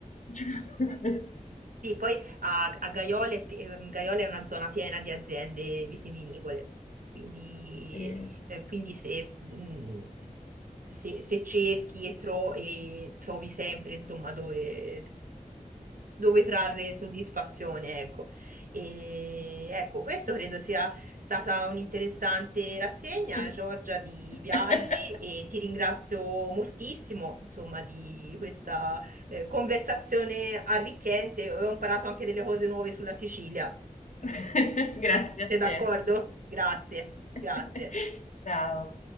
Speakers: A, on the left; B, on the right.
A: <laughs>
B: Sì, poi a, a Gaiola, è pi- ehm, Gaiola è una zona piena di aziende vitivinicole, quindi,
A: Sì.
B: eh, quindi se, mh, se- se cerchi e, tro- e trovi sempre, insomma, dove, dove trarre soddisfazione, ecco. E ecco, questo credo sia stata un'interessante rassegna,
A: <laughs>
B: Giorgia, di viaggi e ti ringrazio moltissimo, insomma, di questa eh, conversazione arricchente. Ho imparato anche delle cose nuove sulla Sicilia.
A: <laughs> Grazie a
B: Sei d'accordo?
A: te.
B: Grazie,
A: <laughs>
B: grazie.
A: Ciao.